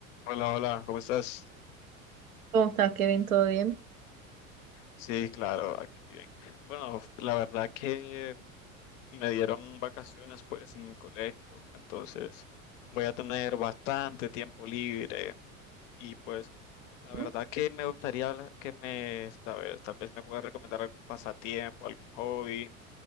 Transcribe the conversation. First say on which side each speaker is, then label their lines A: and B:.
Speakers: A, on the left (about 60°); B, on the right (about 80°).
A: Hola, hola, ¿cómo estás?
B: ¿Cómo estás, Kevin? ¿Todo bien?
A: Sí, claro, aquí bien. Bueno, la verdad que me dieron vacaciones pues en el colegio, entonces voy a tener bastante tiempo libre y pues la verdad
B: Mm.
A: que me gustaría la- que me, tal vez, tal vez me pueda recomendar algún pasatiempo, algún hobby